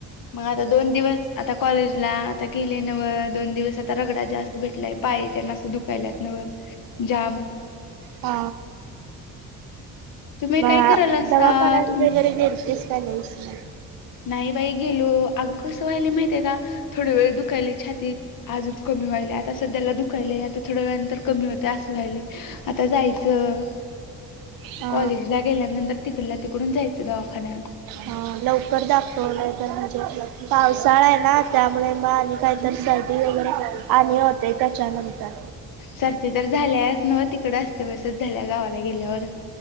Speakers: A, on the left (about 40°); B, on the right (about 45°).
A: मग आता दोन दिवस आता कॉलेजला आता गेले नव दोन दिवस आता रगडा जास्त. भेटलाय पायेतनासं दुखायलात नवं जाम.
B: पा.
A: तुम्ही
B: मग
A: काय करायला असा
B: दवाखान
A: तुम
B: वगैरे गेलतीस का नाहीस मग?
A: नाही बाई गेलो अगं कसं व्हालं माहितय का. थोड वेळ दुखायली छातीत आज कमी व्हाय आता सध्याला दुख ले आता थोड्या वेळानंतर कमी होते असू व्हायले आता जायचं.
B: हा
A: कॉलेज ला गेल्यानंतर तिकडला तिकडून जायचं दवाखान्यात.
B: हा लवकर दाखव नाही तर म्हणजे पावसाळा आहे ना त्यामुळे मग आणि काही तर सर्दी वगैरे आनी होतय त्याच्यानंतर.
A: सर्दी तर झाल्याच न तिकड असते बसच झाल्या गावाला गेल्यावर.